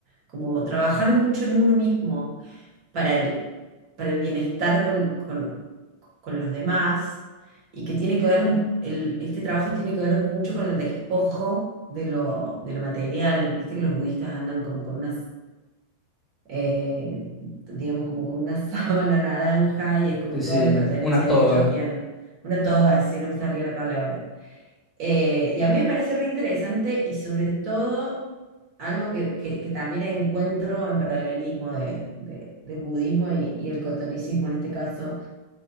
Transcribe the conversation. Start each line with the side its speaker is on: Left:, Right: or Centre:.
Right: Como trabajar mucho en uno mismo para el, para el bienestar con, con- con los demás y que tiene que ver, un- el, este trabajo tiene que ver mucho con el despojo de lo, de lo material. Viste que los budistas andan como con unas eh, digamos, como con una <laughs> sábana naranja y es como
Centre: Sí, sí,
Right: toda la pertenencia
Centre: una toga.
Right: de que ellos tienen. Una toga, si no me salió la palabra. Eh, y a mí me parece re interesante y sobre todo algo que, que- que también encuentro en paralelismo de- de- del budismo y, y el catolicismo en este caso,